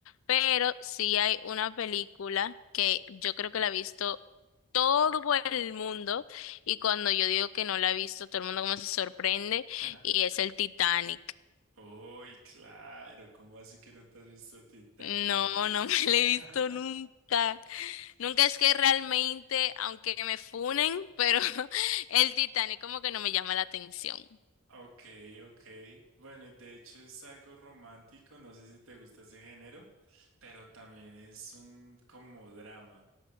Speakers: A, on the left; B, on the right.
A: Pero sí hay una película que yo creo que la ha visto todo el mundo y cuando yo digo que no la ha visto, todo el mundo como se sorprende
B: <laughs>
A: y es el Titanic.
B: Uy, claro, ¿cómo así que no te has visto Titanic,
A: No,
B: Lisa?
A: no <laughs> me la he
B: <laughs>
A: visto nunca. Nunca es que realmente, aunque me funen, pero <laughs> el Titanic como que no me llama la atención.
B: Ok, ok. Bueno, y de hecho es algo romántico, no sé si te gusta ese género, pero también es un como drama.